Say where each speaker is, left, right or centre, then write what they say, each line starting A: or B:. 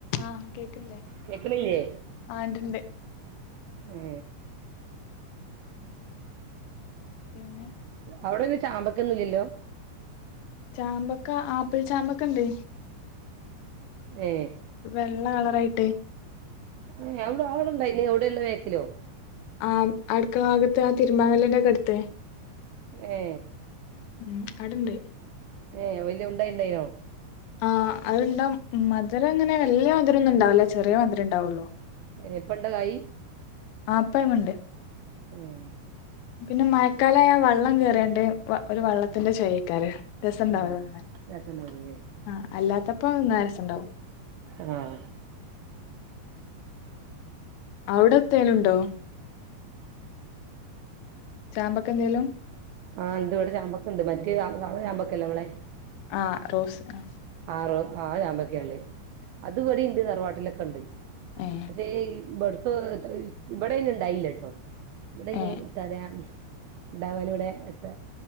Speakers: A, on the left; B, on the right.
A: ആഹ് കേക്കില്ലേ
B: കേക്കണില്ലേ
A: ആ ഇണ്ട് ഇണ്ട്
B: ഏ
A: പിന്നെ
B: അവിടൊരു ചാമ്പക്കൊന്നുംല്ലല്ലോ
A: ചാമ്പക്ക ആപ്പിൾ ചാമ്പക്ക ഉണ്ട്
B: ഏ
A: വെള്ള കളറായിട്ട്
B: ഏ ഔടെ അവടെണ്ടായി ഇനി എവിടെയള്ള വേക്കലോ
A: ആ അടുക്കള ഭാഗത്ത് ആ തിരുമ്പാക്കല്ലിന്റെ ഒക്കെ അടുത്ത്
B: ഏ
A: ഉം അടണ്ട്
B: ഏ വല്യ ഉണ്ടായി ണ്ടായിനോ
A: ആ അഹ്ണ്ടംമധുരം അങ്ങനെ വല്യ മധുരംന്നും ഉണ്ടാവുല ചെറിയ മധുരം ഉണ്ടാവള്ളൂ
B: ഏ പ്പണ്ടോ കായി
A: ആ പ്പയുംണ്ട്
B: ഉം
A: പിന്നെ മഴക്കാല ആയ വെള്ളം കേറിയ ണ്ട് ഒരു വെള്ളത്തിന്റെ ചൊയയ്കാരം രസംഉണ്ടാവന്ന
B: ആഹ് രസണ്ടാവൂലേ
A: ആ അല്ലാത്തപ്പോന്നാ രസുണ്ടാവും
B: ആഹ
A: അവിടെ തേനുണ്ടോ
B: ഉ
A: ചാമ്പക്ക എന്തേലും
B: ആഹ എന്ത് ഇവിടെ ചാമ്പക്കുണ്ട് മറ്റേ ചമ്പക്കല്ലേ ഇവിടെെ
A: ആ റോസ് ആ
B: ആറ ആ ഞാമ്പക്കല്ലേ അത്പടി ത റവാട്ടിലൊക്കെ ഉണ്ട്
A: ഏ
B: പക്ഷെ ഇബടെത്ത <unintelligible> ഇബടെടയിന ഡായി ലേട്ടോ <unintelligible>
A: ഏ
B: ഉണ്ടാവാൻ ഇവിടെ എത്ര